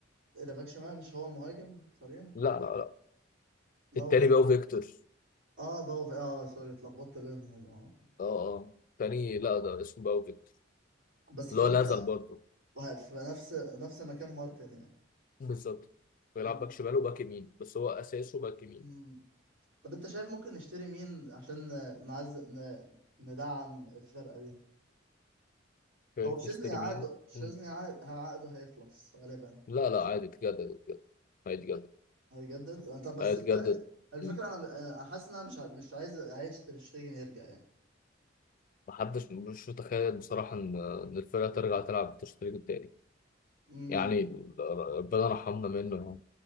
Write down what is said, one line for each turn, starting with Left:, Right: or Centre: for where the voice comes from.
Right: ايه ده باك شمال مش هو مهاجم صريح
Left: لا لا لا
Right: لا
Left: التاني
Right: والله
Left: باو فيكتور
Right: اه باو اه سوري اتلخبطت بينهم اه
Left: اه اه التاني لا ده اسمه باو فيكتور
Right: بس
Left: اللي
Right: فورت
Left: هو نزل
Right: ده
Left: برضه
Right: وه- في نفس نفس مكان مارتن يعني
Left: بالظبط بيلعب
Right: مم.
Left: باك شمال وباك يمين بس هو اساسه باك يمين
Right: مم. طب انت شايف ممكن نشتري مين عشان ن- نعز ن... ندعم الفرقة دي
Left: شايف
Right: هو شيزني
Left: نشتري
Right: عقده
Left: مين
Right: شيزني
Left: مم.
Right: عقد- عقده هيخلص غالبا
Left: لا لا عادي اتجدد اتجدد هيتجدد
Right: هيجدد انت بس
Left: هيتجدد
Right: انت الفكره
Left: مم.
Right: انا انا حاسس ان انا مش ع- مش عايز عايش تر شتيجن يرجع يعني
Left: محدش مش متخيل بصراحة إن إن الفرقة ترجع تلعب بالتشتريك التاني
Right: امم
Left: يعني ربنا رحمنا منه